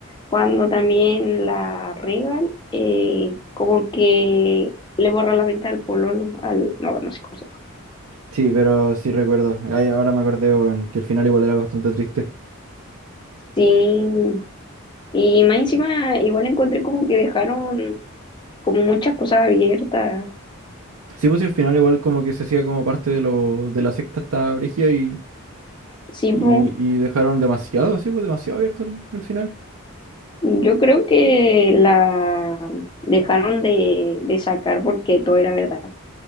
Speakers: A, on the left (about 20°); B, on the right (about 75°).
A: cuando también la regan, eh, como que le borra la venta al pololo, al, no, no sé cómo se llama.
B: Sí, pero sí recuerdo. Ahí ahora me acordé, weón, que el final igual era bastante triste.
A: Sí, y más encima igual encontré como que dejaron como muchas cosas abiertas.
B: Sí, pues sí, el final igual como que se hacía como parte de lo, de la secta hasta Brigia y,
A: Sí,
B: y,
A: po,
B: y dejaron demasiado, sí, pues demasiado abierto el el final.
A: yo creo que la dejaron de, de sacar porque todo era verdad.